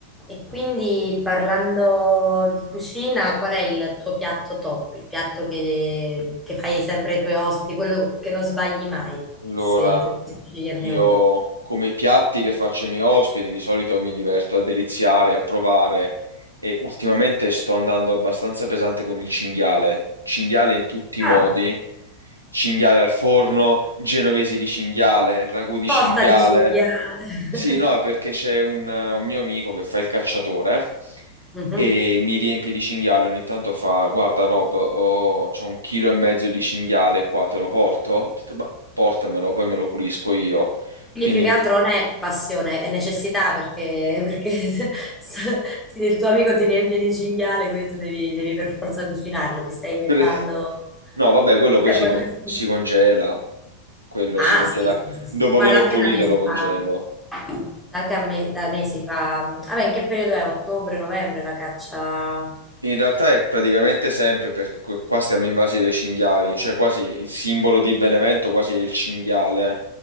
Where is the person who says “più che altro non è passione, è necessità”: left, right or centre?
Centre